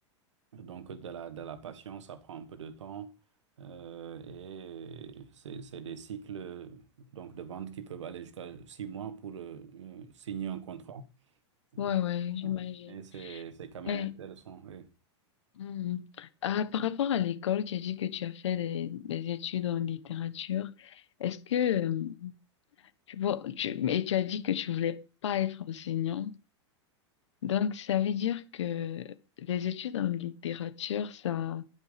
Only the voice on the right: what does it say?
donc, de la, de la patience, ça prend un peu de temps euh, et c'est, c'est des cycles donc, de vente qui peuvent aller jusqu'à six mois pour euh, euh, signer un contrat. Euh,
mais c'est, c'est quand même
intéressant. Oui.